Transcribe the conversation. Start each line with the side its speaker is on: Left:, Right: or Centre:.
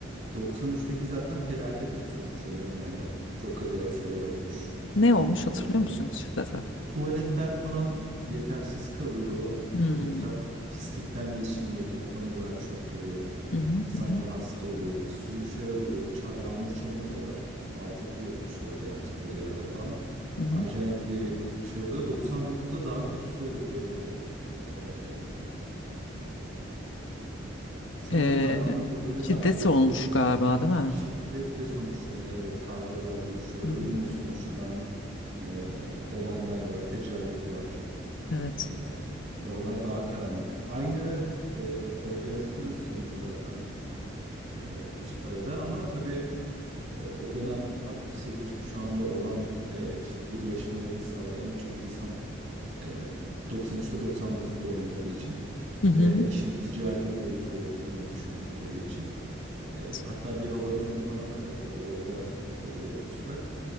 Right: 93'teki zaten felaketle sonuçlanıyor. Yani çok acayip şeyler olmuş.
Left: Ne olmuş
Right: Ee,
Left: hatırlıyor musun hiç detay?
Right: Tuvaletler falan yetersiz kalıyor.
Left: Hmm.
Right: Etraf pislikten geçilmiyor. Toplamıyorlar çöpleri.
Left: Hı hı,
Right: İnsanlar
Left: hı hı,
Right: hasta oluyor. Bir sürü bir şeyler oluyor. Ça- yağmur çamur da var. Altyapı yokmuş orada yaptıkları yerde falan.
Left: hı hı.
Right: Acayip bir şey oluyor. 99'da daha kötüsü oluyor böyle. Ee, sanırım
Left: E,
Right: zamanın ruhuyla
Left: şiddet
Right: da alakalı.
Left: olmuş galiba değil mi?
Right: Şiddetle sonuçlanıyor. Evet kavgalar, dövüşler, ölümle
Left: Hı hı.
Right: sonuçlanan ee, olaylar var. Tecavüz var.
Left: Evet.
Right: Ee, oralar daha karanlık. Aynı e, organizatör üstleniyor zaten e, bu stadı da ama tabii e, o dönem 68 kuşağında olan ve işte birleşmelerini sağlayan birçok insan e, 93'te 99'da olmadığı için
Left: Hı hı.
Right: ve işin ticari boyutunu düşündükleri için
Left: Evet,
Right: e, hatta bir havalimanı falan kapatıyorlar. Orada oluyor ıslak.